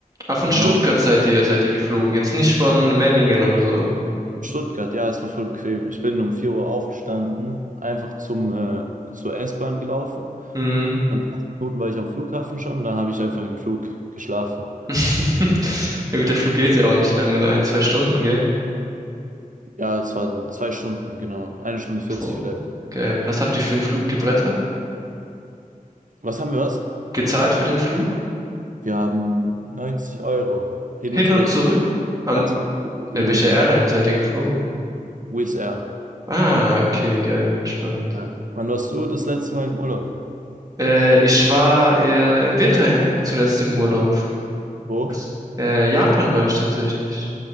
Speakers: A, on the right; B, on the right.
A: Ah, von
B: Genau.
A: Stuttgart seid ihr, seid ihr geflogen, jetzt nicht von Memmingen oder so.
B: In Stuttgart, ja, es war voll bequem. Ich bin um 4 Uhr aufgestanden, einfach zum, äh, zur S-Bahn gelaufen.
A: Mhm.
B: Dann 20 Minuten war ich am Flughafen schon, dann habe ich einfach im Flug geschlafen.
A: <laughs> Ja gut, der Flug geht ja auch nicht lange, so ein, zwei Stunden, gell?
B: Ja, es waren zwei Stunden, genau. Eine Stunde 40
A: Boah,
B: vielleicht.
A: geil. Was habt ihr für einen Flug gebrettert?
B: Was haben wir was?
A: Gezahlt für den Flug?
B: Wir haben 90 Euro hin
A: Hin
B: und zurück.
A: und zurück? Am,
B: Ja, es war übel, übel
A: bei welcher
B: günstig.
A: Airline seid ihr geflogen?
B: Wizz Air.
A: Ah, okay, geil, entspannt.
B: Ja. Wann warst du das letzte Mal im Urlaub?
A: Äh, ich war äh, im Winter im, zuletzt im Urlaub.
B: Wo?
A: Was? Äh, Japan war ich tatsächlich.